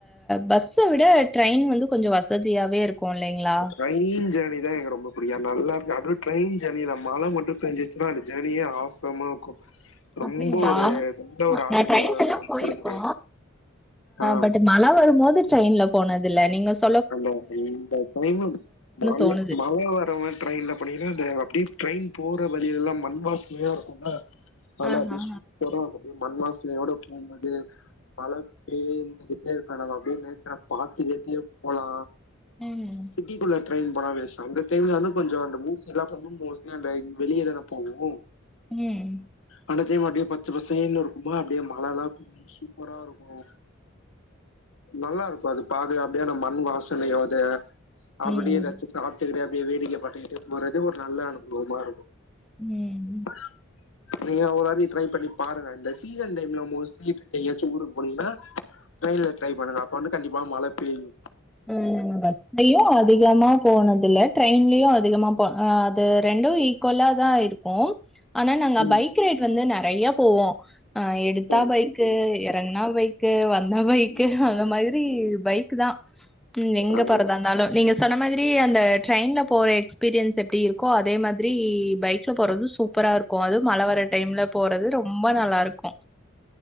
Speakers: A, in the centre; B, on the left.
A: பஸ்ச விட ட்ரெயின் வந்து கொஞ்சோ வசதியாவே இருக்கு இல்லிங்களா
B: ட்ரெயின் ஜோர்னி தா எனக்கு ரொம்ப புடிக்கு நல்லாருக்கு அதுவு ட்ரெயின் ஜோர்னியில மழ மட்டு பேஞ்சுரு ச்சுனா அந்த ஜோர்னியே ஆசமாக இருக்கு ரொம்ப
A: அப்டிங்களா
B: ஒரு நல்ல ஒரு அனுபவ
A: நா ட்ரெயின்ல எல்லா போயிருக்கோ
B: குடுக்குறாங்க ஆ
A: பட் ம மழ வரும்போது ட்ரெயின்ல போனதில்ல நீங்க சொன்
B: அந்த அந்த டைமு மழ
A: தோணுது.
B: மழ வர மாரி ட்ரெயின்ல போனீங்கன்னா அந்த அப்படியே ட்ரெயின் போற வழியெல்லா மண் வாசனையா இருக்குமா அதெல்லா
A: ஆஹஹா
B: அப்டியே சூப்பரா இருக்கு அப்டியே மண் வாசனையோடு போம் போது மழ பெய்ந்துகிட்டே இருக்க நம்ம அப்டியே நேச்சரா பாட்டு கேட்டுடே போலா
A: ம்
B: சிட்டிக்குள்ள ட்ரெயின் போன வேஸ்ட் அந்த டைம்ல வந்து கொஞ்சோ அந்த மூஸ் எல்லா பக்கமு மோஸ்ட்லி அந்த ட்ரெயின் வெளிய தானே போகு
A: ம்
B: அந்த டைம் அப்டியே பச்ச பசேன்னு இருக்குமா அப்டியே மல எல்லா சூப்பரா இருக்கு நல்லா இருக்கு அத பாக்க அப்படியே அந்த மண் வாசனையோடு அப்டியே
A: ம்
B: எதாச்சு சாப்ட்டுக்கிட்டே அப்டியே வேடிக்க பாத்துட்டு போறது ஒரு நல்ல அனுபவமா இருக்கு
A: ம்
B: ஆஹ நீங்களு ஒரு வாட்டி ட்ரை பண்ணி பாருங்க இந்த சீசன் டைம்ல மோஸ்ட்லி எங்கயாச்சு ஊருக்கு போனீங்கன்னா ட்ரெயின்ல ட்ரை பண்ணுங்க அப்ப வந்து கண்டிப்பா மழ பெய்யு
A: அ நாங்க பஸ்லயு அதிகமா போனதில்ல ட்ரெயின்லயு அதிகமா போ அது ரெண்டு ஈக்குல்லா தா இரு க்கு ஆனா நாங்க
B: ம்
A: பைக் ரைட் வந்து நெறையா போவோ ஆ எடுத்தா
B: ம்
A: பைக்கு எறங்ன்னா பைக் கு வந்தா பைக்கு
B: ம்
A: அந்த மாரி பைக் தா ம் எங்க
B: ஆ
A: போறதா இருந்தாலு நீங்க சொன்ன மாதிரி அந்த ட்ரெயின்ல போற எக்ஸ்பீரியன்ஸ் எப்டி இருக்கோ அதே மாதிரி பைக்ல போறது சூப் சூப்பரா இருக்கு அதுவு மழ வர டைம்ல போறது ரொம்ப நல்லா இருக்கு